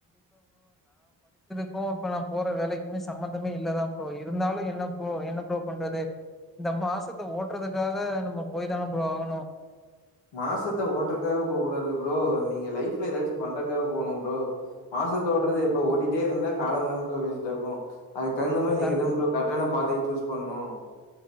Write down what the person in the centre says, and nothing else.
இ இப்ப நான் போற வேலைக்குமே சம்பந்தமே இல்லதான் ப்ரோ இருந்தாலும் என்ன ப்ரோ என்ன ப்ரோ பண்றது இந்த மாசத்தை ஓட்டுறதுக்காக நம்ம போய் தான ப்ரோ ஆகணும்
கரெக்ட்